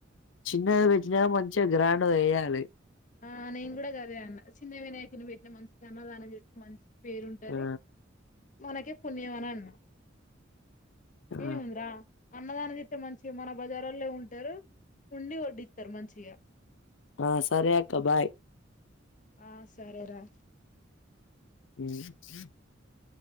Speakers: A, on the left; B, on the left.
A: చిన్నది పెచ్చినక మంచిగా గ్రాండ్ వేయాలి
B: ఆ నేను కూడా కదే అన్న చిన్న వినాయకుని పెట్టి మంచి అన్మాదానం చేస్తతే మంచి. పేరు ఉంటది
A: ఆ!
B: మనకే పుణ్యం అని అన్నాం
A: ఆ!
B: ఏ అంద్రా అన్నదానం చెప్ మంచిగా మన బజారాల్లో ఉంటారు ఉండి వడ్డిస్తారు మంచిగా.
A: ఆ సరే అక్క బాయ్
B: ఆ సరేరా
A: ఉ